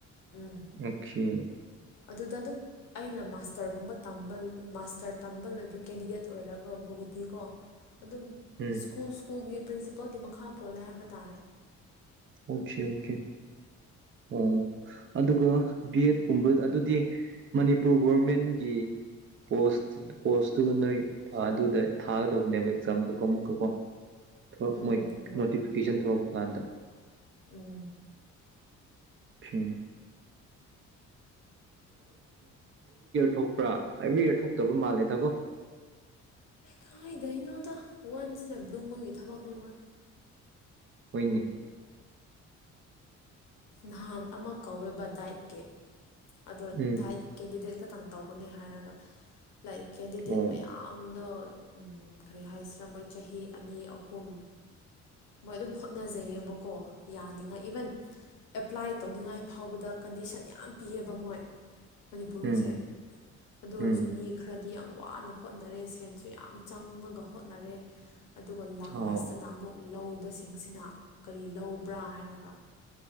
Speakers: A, on the left (about 85°); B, on the right (about 45°).
A: ꯎꯝ
B: ꯑꯆꯦ
A: ꯑꯗꯨꯗ ꯑꯗꯨꯝ ꯑꯩꯅ ꯃꯥꯁꯇꯔꯒꯨꯝꯕ ꯝꯕ ꯃꯥꯁꯇꯔ ꯇꯝꯕ ꯂꯣꯏꯕ ꯀꯦꯟꯗꯤꯗꯦꯠ ꯑꯣꯏꯔꯒꯕꯨꯕꯨꯗꯤꯀꯣ ꯑꯗꯨꯝ
B: ꯎꯝ
A: ꯁ꯭ꯀꯨꯜ ꯁ꯭ꯀꯨꯜꯒꯤ ꯄ꯭ꯔꯤꯟꯁꯤꯄꯜꯒꯤ ꯃꯈꯥ ꯄꯣꯜꯂꯦ ꯍꯥꯏꯕ ꯇꯥꯔꯦ
B: ꯑꯣꯀꯦ ꯑꯣꯀꯦ ꯑꯣ ꯑꯗꯨꯒ ꯕꯤ ꯑꯦꯠꯀꯨꯝꯕ ꯑꯗꯨꯗꯤ ꯃꯅꯤꯄꯨꯔ ꯒꯣꯔꯚꯃꯦꯟꯒꯤ ꯄꯣꯁ
A: ꯎꯝ
B: ꯄꯣꯁꯇꯨ ꯅꯣꯏ ꯑꯥ, ꯑꯗꯨꯗ ꯊꯥꯒꯗꯧꯕꯅꯦꯕ ꯑꯦꯛꯖꯥꯝꯗꯨꯀꯣ
A: ꯎ
B: ꯑꯃꯨꯛꯀꯀꯣ ꯊꯣꯔꯛ- ꯃꯣꯏ ꯅꯣꯇꯤꯐꯤꯀꯦꯁꯟ
A: ꯎꯝ
B: ꯊꯣꯛꯂꯛꯄ ꯀꯥꯟꯗ ꯎ ꯊꯣꯛꯄ꯭ꯔꯥ ꯑꯦꯕ꯭ꯔꯤ ꯌꯔ ꯊꯣꯛꯇꯕ ꯃꯥꯜꯂꯦꯗꯀꯣ
A: ꯈꯗꯅ ꯑꯣ ꯋꯥꯟꯁꯅ ꯕ꯭ꯂꯨꯝꯃꯒꯤ ꯊꯕꯛꯅꯦ ꯃꯠ
B: ꯍꯅꯤꯅꯤ
A: ꯅꯍꯥꯟ ꯑꯃ ꯀꯧꯋꯦꯕ ꯗꯥꯏꯠꯀꯤ ꯑꯗꯣ
B: ꯎꯝ
A: ꯗꯥꯥꯏ ꯀꯦꯟꯗꯤꯗꯦꯠ ꯈꯤꯇꯪ ꯇꯧꯒꯅꯤ ꯍꯥꯏꯔꯒ ꯂꯥꯏꯔꯤꯛ ꯀꯦꯟꯗꯤꯗꯦꯠ
B: ꯑꯣ
A: ꯃꯌꯥꯝꯗꯣ ꯀꯔꯤ ꯍꯥꯏꯁꯤꯔꯥ ꯃꯣꯏ ꯆꯍꯤ ꯑꯅꯤ ꯑꯍꯨꯝ ꯃꯣꯏ ꯑꯗꯨꯝ ꯍꯣꯠꯅꯖꯩꯑꯕꯀꯣ ꯌꯥꯅꯤꯉꯥꯏ ꯏꯚꯟ ꯑꯦꯄ꯭ꯂꯥꯏ ꯇꯧꯅꯤꯡꯉꯥꯏ ꯐꯥꯎꯕꯗ ꯀꯟꯗꯤꯁꯟ ꯌꯥꯝ ꯄꯤꯌꯦꯕ ꯃꯣꯏ ꯃꯅꯤꯄꯨꯔꯒꯤꯁꯦ
B: ꯎꯝ
A: ꯑꯗꯨ ꯑꯣꯏꯔꯁꯨ
B: ꯎꯝ
A: ꯃꯤ ꯈꯔꯗꯤ ꯌꯥꯝ ꯋꯥꯅ ꯍꯣꯠꯅꯔꯦ ꯁꯦꯟꯁꯨ ꯌꯥꯝ ꯆꯪꯉꯒ ꯍꯣꯠꯅꯔꯦ ꯑꯗꯨꯒ ꯂꯥꯁꯇꯅ
B: ꯑꯣ
A: ꯑꯃꯨꯛ ꯂꯧꯕꯁꯤꯡꯁꯤꯅ ꯀꯔꯤ ꯂꯧꯕ꯭ꯔꯥ ꯍꯥꯏꯔꯒ